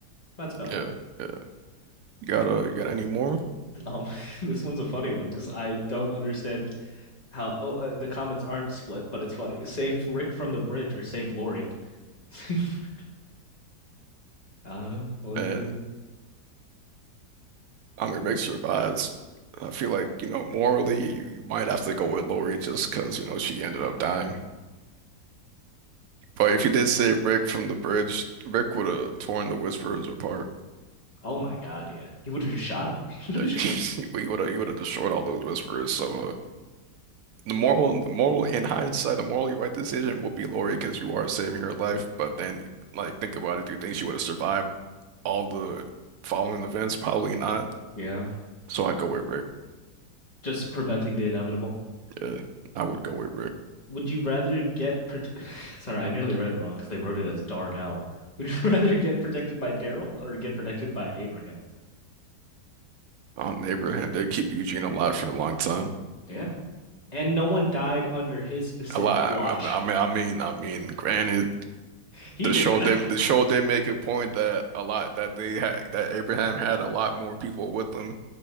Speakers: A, on the left; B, on the right.
A: that's about
B: Yeah,
A: it.
B: yeah. You got to you got any more?
A: Um, <laughs> this one's a funny one because I don't understand how oh, uh, the comments aren't split, but it's funny. Save Rick from the bridge or save Lori. <laughs> Save Rick. I don't know. What would
B: And
A: you do?
B: I mean,
A: Ooh.
B: Rick survives. I feel like you know morally you might have to go with Lori just because you know she ended up dying. But if you did save Rick from the bridge, Rick would have torn the Whisperers apart. <laughs>
A: Oh my God, yeah. He would have just shot him. <laughs> He would
B: He
A: have just...
B: would have he would have destroyed all those Whisperers. So uh, The moral, the moral in hindsight, the morally right decision will be Lori because you are saving her life. But then, like, think about it. Do you think she would have survived all the following events? Probably not.
A: Yeah,
B: So I'd go with Rick.
A: just preventing the inevitable.
B: Yeah, I would go with Rick.
A: Would you rather get prote <laughs> Sorry, I nearly read it wrong because they wrote it as Darnell. Would you <laughs> rather get protected by Daryl or get protected by Abraham?
B: On Abraham, they keep Eugene alive for a long time.
A: Yeah. And no one died under his specific
B: A lot.
A: watch.
B: I mean, I mean, I mean, I mean, granted,
A: He
B: the
A: did
B: show
A: die.
B: them
A: <laughs>
B: the show did make a point that a lot that they had that Abraham had a lot more people with them